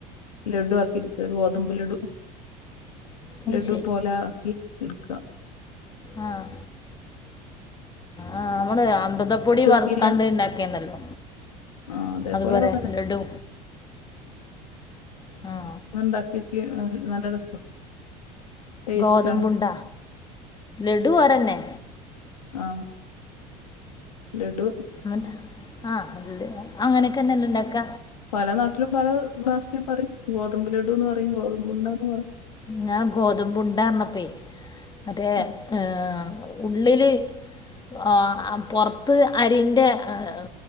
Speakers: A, on the left; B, on the left.
A: ലഡു ആക്കിട്ക്ക ഗോതമ്പ് ലിഡും
B: അത്
A: ലഡു
B: ശരി
A: പോലെ ആക്കി ട്ക്ക
B: ആഹ് ആഹ് നമ്മള് അമൃത പൊടി
A: കഴിച്ച് നോക്കിയില്ല
B: വറുത്താണ്ട് ഇണ്ടാക്കേണ്ടല്ലേ
A: ആ അതേപോലെയൊക്കെ
B: അതുപോരെ
A: തന്നെ
B: ലഡു ആ
A: ഒന്ന്ണ്ടാക്ക്യോക്കി എ നല്ല രസം ടേസ്റ്റാണ്
B: ഗോതമ്പുണ്ട ലഡു വേറെന്നെ
A: ആഹ് ലഡു
B: എന്ന്ട്ട് ആഹ് അങ്ങനെക്കെന്നെല്ലെ ണ്ടാക്ക
A: പല നാട്ടിലും പല ഭാഷിം പറിം ഗോതമ്പ് ലടുന്ന് പറിം ഗോതമ്പുണ്ടന്ന് പറിം
B: ഞാ ഗോതമ്പുണ്ടാ ർനപ്പേ മറ്റേ
A: ഉം.
B: എഹ് ഉള്ളില് ആഹ് പൊർത്ത് അരിൻ്റെ ഹ്